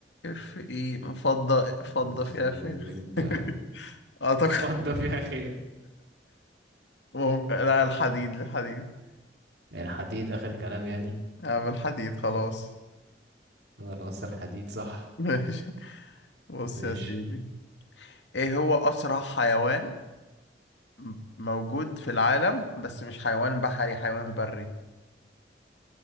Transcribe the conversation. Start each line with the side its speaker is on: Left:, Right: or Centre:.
Left: اف اي فضة فضة
Right: الزنك
Left: فيها فين <laughs> اعتقد
Right: فضة فيها خير
Left: مم- لا الحديد الحديد
Right: الحديد آخر كلام يعني
Left: اعمل حديد خلاص
Right: خلاص الحديد صح
Left: <laughs> ماشي بص
Right: ماشي
Left: يا سيدي ايه هو اسرع حيوان م- موجود في العالم بس مش حيوان بحري حيوان بري